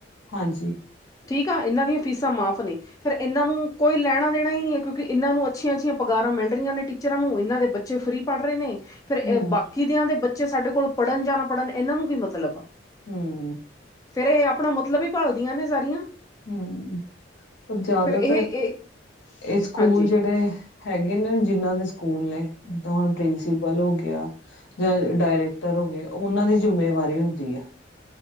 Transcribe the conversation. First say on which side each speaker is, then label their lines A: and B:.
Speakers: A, on the left; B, on the left.
A: ਹਾਂਜੀ।
B: ਠੀਕ ਆ, ਇਹਨਾਂ ਦੀਆਂ ਫੀਸਾਂ ਮਾਫ਼ ਨੇ ਫਿਰ ਇਹਨਾਂ ਨੂੰ ਕੋਈ ਲੈਣਾ -ਦੇਣਾ ਹੀ ਨਈ ਐ, ਕਿਉਂਕਿ, ਇਹਨਾਂ ਨੂੰ ਅੱਛੀਆਂ-ਅੱਛੀਆਂ ਪਗਾਰਾਂ, ਮਿਲ ਰਹੀਆਂ ਨੇ ਟੀ ਚਰਾਂ ਨੂੰ, ਇਹਨਾਂ ਦੇ ਬੱਚੇ ਫਰੀ ਪੜ੍ਹ ਰਹੇ ਨੇ ਫਿਰ ਇਹ
A: ਹਮ
B: ਬਾਕੀ ਦਿਆਂ ਦੇ ਬੱਚੇ, ਸਾਡੇ ਕੋਲ ਪੜ੍ਹਨ ਜਾਂ, ਨਾ ਪੜ੍ਹਨ ਇਹਨਾਂ ਨੂੰ ਕੀ ਮਤਲਬ
A: ਹਮ।
B: ਫੇਰ ਇਹ, ਆਪਣਾ ਮਤਲਬ ਹੀ, ਭਾਲਦੀਆਂ ਨੇ ਸਾਰੀਆਂ
A: ਹਮ ਪਰ ਜ਼ਿਆਦਾਤਰ,
B: ਫਿਰ ਇਹ ਇਹ
A: ਇਹ ਸਕੂਲ
B: ਹਾਂਜੀ
A: ਜਿਹੜੇ ਹੈਗੇ ਨੇ ਜਿੰਨਾਂ ਦੇ ਸਕੂਲ ਨੇ <unintelligible> ਕਹੀ ਸੀ। <inaudible> ਪਿੰਸੀਪਲ ਹੋ ਗਿਆ ਜਾਂ ਡਾਇਰੈਕਟਰ ਹੋ ਗਿਆ, ਉਹਨਾਂ ਦੀ ਜਿੰਮੇਵਾਰੀ ਹੁੰਦੀ ਆ।